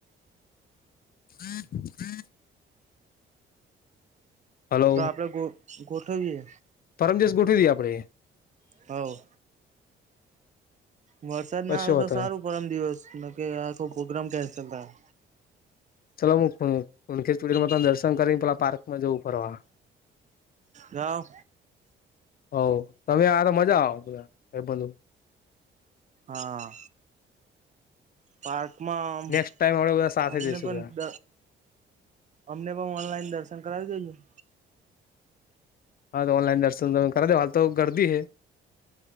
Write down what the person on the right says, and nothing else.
તો આપડે ગો ગોઠવીએ.
હા, ઓ. વરસાદ ના
આવે
તો સારું,
પરમ દિવસ ન કે, આખો પ્રોગ્રામ કેન્સલ થાહે.
જાવ.
હા. પાર્કમાં
અમ અમને
પણ
દ અમને પણ ઓનલાઈન દર્શન કરાવી દઈજું.